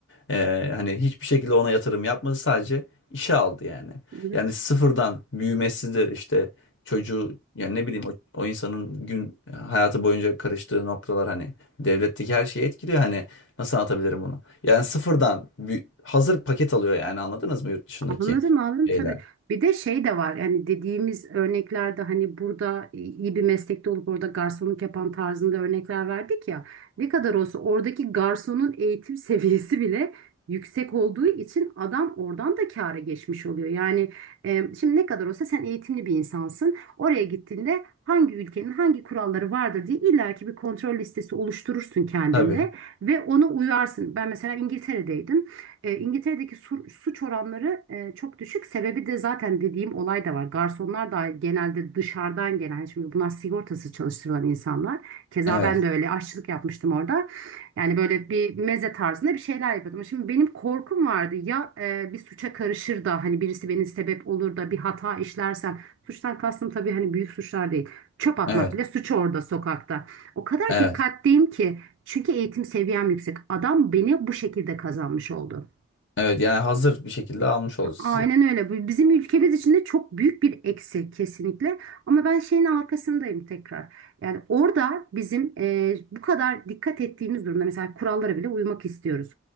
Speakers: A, on the left; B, on the right.
A: E, hani hiçbir şekilde ona yatırım yapmadı. Sadece işe aldı yani.
B: evet.
A: Yani sıfırdan büyümesidir işte çocuğu yani ne bileyim o, o insanın gün hayatı boyunca karıştığı noktalar hani devletteki her şeyi etkiliyor hani nasıl anlatabilirim bunu? Yani sıfırdan bir, hazır paket alıyor yani anladınız mı yurt dışındaki
B: Anladım anladım
A: şeyler?
B: tabii. Bir de şey de var yani dediğimiz örneklerde hani burada iyi bir meslekte olup orada garsonluk yapan tarzında örnekler verdik ya. Ne kadar olsa oradaki garsonun eğitim <laughs> seviyesi bile yüksek olduğu için adam oradan da kâra geçmiş oluyor. Yani e, şimdi ne kadar olsa sen eğitimli bir insansın. Oraya gittiğinde hangi ülkenin hangi kuralları vardır diye illaki bir kontrol listesi oluşturursun kendinde
A: Tabii.
B: ve ona uyarsın. Ben mesela İngiltere'deydim. E, İngiltere'deki su- suç oranları e, çok düşük. Sebebi de zaten dediğim olay da var. Garsonlar da genelde dışarıdan gelen, şimdi bunlar sigortasız çalıştırılan insanlar. Keza
A: Evet.
B: ben de öyle aşçılık yapmıştım orada. Yani böyle bir meze tarzında bir şeyler yapıyordum. Şimdi benim korkum vardı ya e, bir suça karışır da hani birisi beni sebep olur da bir hata işlersem. Suçtan kastım tabii hani büyük suçlar değil. Çöp atmak
A: Evet.
B: bile suç orada sokakta. O kadar
A: Evet.
B: dikkatliyim ki. Çünkü eğitim seviyem yüksek. Adam beni bu şekilde kazanmış oldu.
A: Evet. Yani hazır bir şekilde almış oldu sizi.
B: Aynen öyle. Bu bizim ülkemiz için de çok büyük bir eksi kesinlikle. Ama ben şeyin arkasındayım tekrar. Yani orada bizim e, bu kadar dikkat ettiğimiz durumda mesela kurallara bile uymak istiyoruz.